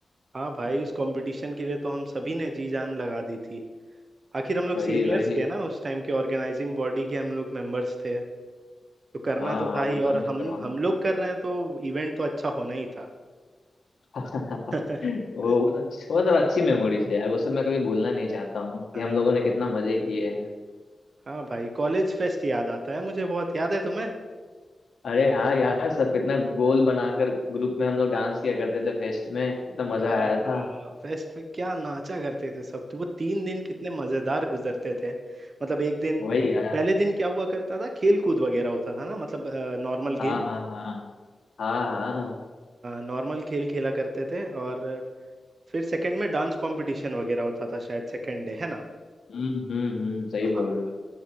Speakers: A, on the right (about 60°); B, on the left (about 75°).
A: हाँ भाई उस कंपटीशन के लिए तो हम सभी ने जी जान लगा दी थी आखिर हम लोग
B: वही
A: सीनियर्स
B: वही
A: थे ना उस टाइम के ऑर्गेनाइजिंग बॉडी के हम लोग मेंबर्स थे तो करना
B: हाँ
A: तो
B: हाँ
A: था ही
B: वो तो हमने
A: और हम
B: करवाना
A: हम लोग कर रहे हैं तो इवेंट तो अच्छा होना ही था
B: <laughs>
A: <laughs>
B: वो वो अच्छ- वो सब अच्छी मेमोरीज है यार वो सब मैं कभी भूलना नहीं चाहता हूँ कि
A: हाँ
B: हम लोगों ने कितना मजे किए हैं
A: हाँ भाई कॉलेज फेस्ट याद आता है मुझे बहुत याद है तुम्हें
B: अरे हाँ यार सब कितना गोल बनाकर ग्रुप में हम लोग डांस किया करते थे फेस्ट में कितना
A: हाँ,
B: मजा आया था
A: फेस्ट में क्या नाचा करते थे सब तो वो तीन दिन कितने मजेदार गुजरते थे मतलब एक दिन
B: वही यार
A: पहले दिन क्या हुआ करता था खेल कूद वगैरह होता था ना मतलब नॉर्मल
B: हाँ
A: गेम
B: हाँ हाँ हाँ हाँ
A: नॉर्मल खेल खेला करते थे और फिर सेकंड में डांस कंपटीशन वगैरह होता था शायद सेकंड डे है ना
B: हम्म हम्म हम्म सही
A: हाँ
B: बोल रहे हो